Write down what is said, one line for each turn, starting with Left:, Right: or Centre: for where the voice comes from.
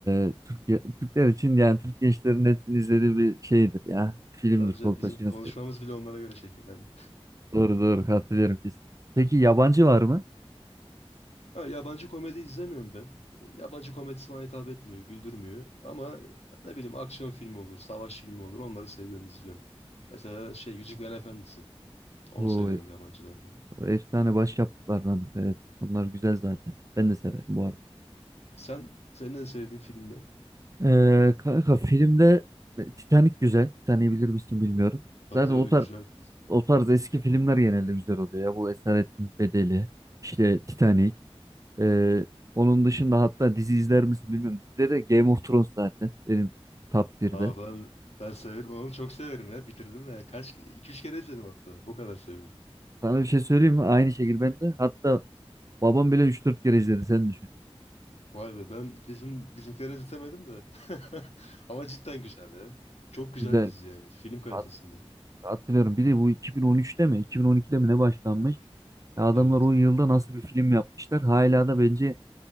Right: e, Türkiye, Türkler için yani Türk gençlerin hepsini izlediği bir şeydir ya. Filmdir
Left: Sadece
Right: Kolpaçino
Left: bizim konuşmamız
Right: serisi.
Left: bile onlara göre şekillendi.
Right: Doğru doğru hatırlıyorum biz. Peki yabancı var mı?
Left: Ha, yabancı komedi izlemiyorum ben. E, Yabancı komedisi bana hitap etmiyor, güldürmüyor. Ama ne bileyim aksiyon filmi olur, savaş filmi olur onları seviyorum, izliyorum. Mesela şey Yüzüklerin Efendisi. Onu
Right: Bu
Left: severim yabancılarda.
Right: efsane başyapıtlardandır evet. Onlar güzel zaten. Ben de severim bu arada.
Left: Sen, senin en sevdiğin film ne?
Right: Ee, kanka filmde Titanic güzel. Titanic'i bilir misin bilmiyorum.
Left: Tabii
Right: Zaten
Left: tabii
Right: o tarz,
Left: güzel.
Right: o tarz eski filmler genelde güzel oluyor ya. Bu Esaretin Bedeli, işte Titanic. Ee, onun dışında hatta dizi izler misin bilmiyorum. Dizide de Game of Thrones zaten benim top 1'de.
Left: Aa ben ben severim onu çok severim ya bitirdim ya kaç iki üç kere izledim hatta o kadar seviyorum.
Right: Sana bir şey söyleyeyim mi? Aynı şekilde ben de. Hatta babam bile üç dört kere izledi. Sen düşün.
Left: Vay be ben bizim bizimkilere izletemedim de. <laughs> Ama cidden güzel ya. Çok güzel
Right: Güzel.
Left: bir dizi yani film kalitesinde.
Right: Hat- Hatırlıyorum. Bir de bu 2013'te mi? 2012'de mi ne başlanmış? Ya adamlar
Left: Evet.
Right: o yılda nasıl bir film yapmışlar? Hala da bence